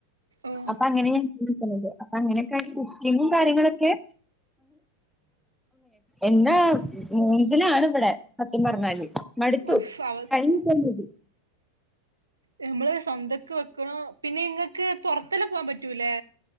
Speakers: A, on the right; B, in the centre.
A: ഓഹ്
B: അപ്പൊ അങ്ങനെ നീക്കുന്നത് അപ്പൊ അങ്ങനെയൊക്കെ ആയിട്ട് കുക്കിങ്ങും കാര്യങ്ങളൊക്കെ എന്താ മൂഞ്ചലാണ് ഇവടെ സത്യം പറഞ്ഞാല് മടുത്തു
A: ഓഫ് അവസ്ഥ
B: കഴിഞ്ഞ് കിട്ടിയാൽ മതി.
A: നമ്മള് സ്വന്തക്ക് വെക്കണോ പിന്നെ ഇങ്ങക്ക് പുറത്തെല്ലാം പോകാൻ പറ്റൂലെ